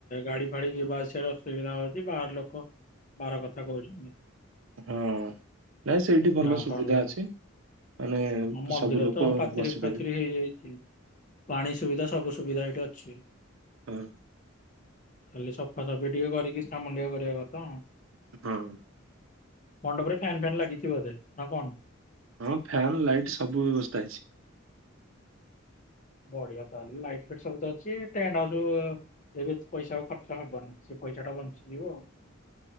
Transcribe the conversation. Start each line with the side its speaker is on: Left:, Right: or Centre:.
Left: ଗାଡି ଫାଡି ଯିବା ଆସିବାର ଅସୁବିଧା ହଉଛି। ବାହାର ଲୋକ ବାର କଥା କହୁଛନ୍ତି।
Right: ହଁ ନାଇଁ ସେଇଠି ଭଲ
Left: ଗାଁ
Right: ସୁବିଧା
Left: ଫାଁ ଲୋକ
Right: ଅଛି। ମାନେ
Left: ଆଉ ମନ୍ଦିର
Right: ସବୁ ଲୋକ
Left: ତ ପାଚିରି
Right: ବସି
Left: ଫାଚିରି
Right: ପାରିବେ।
Left: ହେଇଯାଇଛି। ପାଣି ସୁବିଧା ସବୁ ସୁବିଧା ଏଇଠି ଅଛି।
Right: ହୁଁ।
Left: ଖାଲି ସଫାସଫି ଟିକେ କରିକି ସାମୁନ୍‌ ଟିଏ କରିବା କଥା ଆଉ।
Right: ହୁଁ।
Left: ମଣ୍ଡପରେ ଫ୍ୟାନ୍ ଫ୍ୟନ୍ ଲାଗିଛି ବୋଧେ ନା କଣ?
Right: ହଁ ଫ୍ୟନ୍ ଲାଇଟ୍ ସବୁ ବ୍ୟବସ୍ଥା ଅଛି। <inaudible>
Left: ବଢିଆ ତାହଲେ ଲାଇଟ ଫଟ ସବୁ ଅଛି ଟେଣ୍ଟ ହାଉସ ଏ ପଇସା ଖର୍ଚ୍ଚ ହବନି। ସେ ପଇସା ଟା ବଞ୍ଚିଯିବ ଆଉ।